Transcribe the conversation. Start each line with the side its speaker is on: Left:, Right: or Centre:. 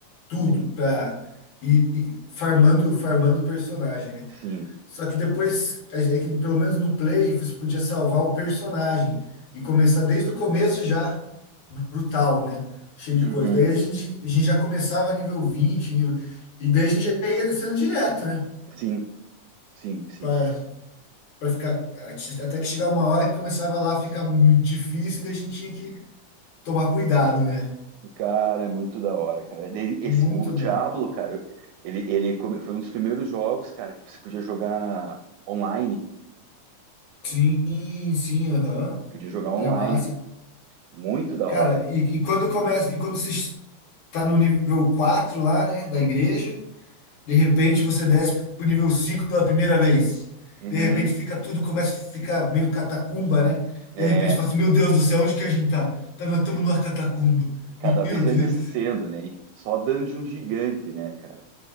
Left: Tudo,
Right: Sim,
Left: para ir ir farmando, farmando o personagem, né?
Right: sim.
Left: Só que depois, é é que pelo menos no Play, você podia salvar o personagem e começar desde o começo já brutal, né? Cheio de
Right: Uhum.
Left: coisa. Daí a gente, a gente já começava nível 20 nível... e daí a gente já ia descendo direto, né?
Right: Sim, sim, sim.
Left: Pra, pra ficar. Até que chegar uma hora que começava lá a ficar muito difícil, e daí a gente tinha que tomar cuidado, né?
Right: Cara, é muito da hora, cara. Daí
Left: Muito
Right: Esse, o Diablo,
Left: bom.
Right: cara, ele, ele come- foi um dos primeiros jogos, cara, que você podia jogar online.
Left: Sim, sim, aham.
Right: Podia jogar online.
Left: Era massa.
Right: Muito da
Left: Cara,
Right: hora,
Left: e, e quando começa, e quando você está no nível 4 lá, né, da igreja, De repente você desce pro nível 5 pela primeira vez.
Right: Uhum,
Left: De repente fica tudo, começa a ficar meio catacumba, né?
Right: é,
Left: De repente fala assim, meu Deus do céu, onde que a gente tá? Tá na, tamo
Right: e,
Left: numa catacumba.
Right: e cada
Left: Meu
Right: vez
Left: Deus.
Right: vai descendo,
Left: do céu.
Right: né? E só dungeon gigante, né, cara?